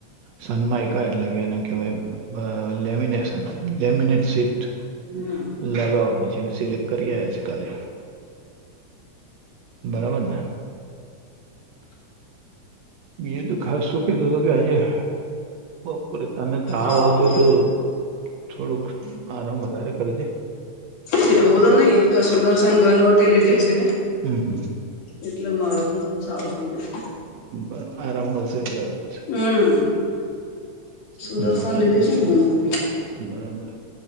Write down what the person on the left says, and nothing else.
હમ
ના
હોતું
સી તો બધું નઈ એટલે સુદર્શન ઘનવટી લીધી છે.
એટલે મારે તો સારું થઈ જશે.
હમ
સુદર્શન
લીધી
ને ઘનવટી